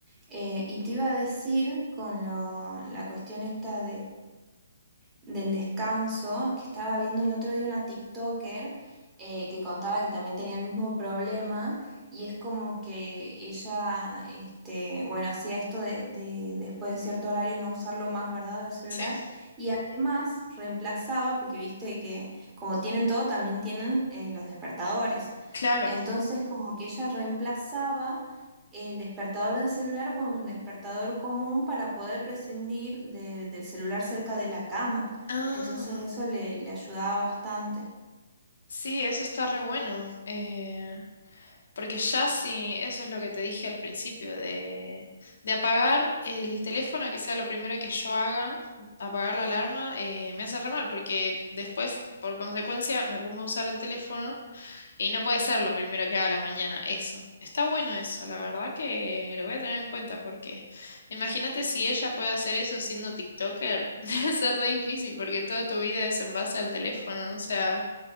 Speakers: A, on the right; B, on the left.
A: Eh, y te iba a decir con lo- la cuestión esta del descanso, que estaba viendo el otro día una TikToker eh, que contaba que también tenía el mismo problema y es como que ella, este, bueno, hacía esto de, de después de cierto horario no usarlo más, ¿verdad?, del celular
B: sí,
A: y además reemplazaba, porque viste que como tienen todo, también tienen eh, los despertadores.
B: claro.
A: Entonces como que ella reemplazaba el despertador del celular por un despertador común para poder prescindir de- del celular cerca de la cama.
B: Ah,
A: Entonces eso le, le ayudaba bastante.
B: sí, eso está re bueno. eh, porque ya sí, eso es lo que te dije al principio, de, de apagar el teléfono, que sea lo primero que yo haga, apagar la alarma, eh, me hace re mal, porque después, por consecuencia, me pongo a usar el teléfono Y no puede ser lo primero que haga a la mañana, eso. Está bueno eso, la verdad que lo voy a tener en cuenta porque imagínate si ella puede hacer eso siendo TikToker, <laughs> debe ser re difícil porque toda tu vida es en base al teléfono, o sea,